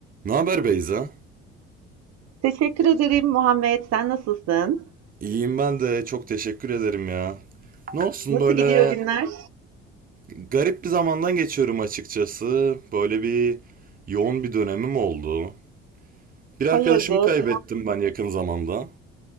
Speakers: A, on the right; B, on the right.
A: Ne haber Beyza?
B: Teşekkür ederim Muhammed. Sen nasılsın?
A: İyiyim ben de çok teşekkür ederim ya. Ne olsun
B: Nasıl
A: böyle
B: gidiyor günler?
A: garip bir zamandan geçiyorum açıkçası. Böyle bir yoğun bir dönemim oldu. Bir arkadaşımı
B: Hayırdır?
A: kaybettim ben yakın zamanda.